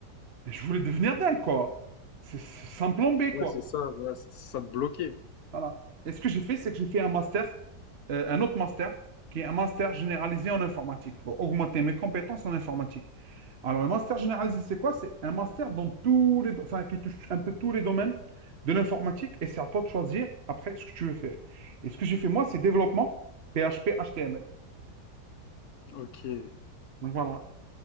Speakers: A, on the right; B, on the left.
A: Et je voulais devenir dingue, quoi. C'est c'est sans plan B,
B: Ouais
A: quoi.
B: c'est ça, voilà, ç ça te bloquait.
A: Voilà. Et ce que j'ai fait, c'est que j'ai fait un master, euh, un autre master, qui est un master généralisé en informatique, pour augmenter mes compétences en informatique. Alors, le master généralisé, c'est quoi? C'est un master dans tous les, do- enfin, qui touche un peu tous les domaines de l'informatique, et c'est à toi de choisir après ce que tu veux faire. Et ce que j'ai fait, moi, c'est développement PHP HTML.
B: OK.
A: Donc voilà.